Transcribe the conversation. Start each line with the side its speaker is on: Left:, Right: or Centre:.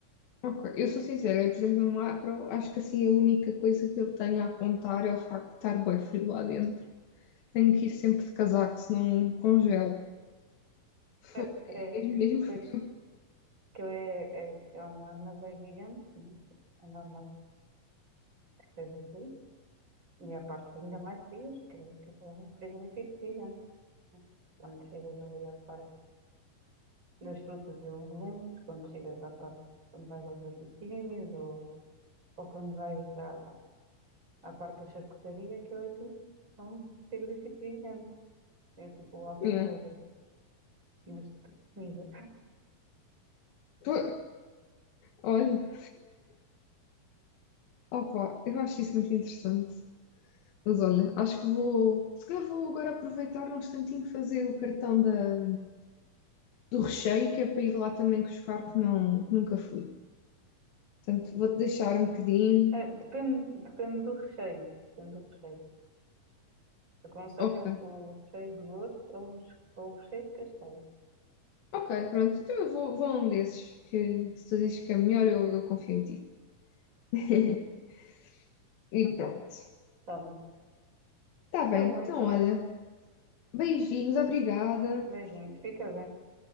Left: Ok, eu sou sincera, eu, por exemplo, no macro, acho que assim a única coisa que eu tenho a apontar é o facto de estar bem frio lá dentro. Tenho que ir sempre de casaco, senão congelo. Foi
Right: É,
Left: mesmo,
Right: é,
Left: mesmo frio.
Right: pois, que é, é, é um armazém gigante, né? É É normal que seja assim. E a parte ainda mais frias, que, que é um frigorífico gigante. né? Quando chegas ali à parte das frutas e legumes, quando chegas à parte, quando vais aos laticínios, ou, ou quando vais à, à parte da charcutaria, aquilo é tudo um frigorífico gigante. É tipo o walk-in
Left: É.
Right: closet. Mas de comida.
Left: Pô, Olha, opa, eu acho isso muito interessante. Mas olha, acho que vou, se calhar vou agora aproveitar um instantinho fazer o cartão da, do recheio, que é para ir lá também buscar, que, não, que nunca fui. Portanto, vou-te deixar um bocadinho.
Right: Eh, depende, depende do recheio. Depende do recheio. Aconselho
Left: Ok.
Right: o recheio de osso ou, os- ou o recheio de castanho.
Left: Ok, pronto, então eu vou, vou num desses que se tu dizes que é melhor, eu, eu confio em ti. <laughs> E
Right: <laughs>
Left: pronto.
Right: Tá bom.
Left: Tá bem,
Right: Tá bom
Left: então
Right: então.
Left: olha, beijinhos, obrigada.
Right: Beijinhos. Fica bem.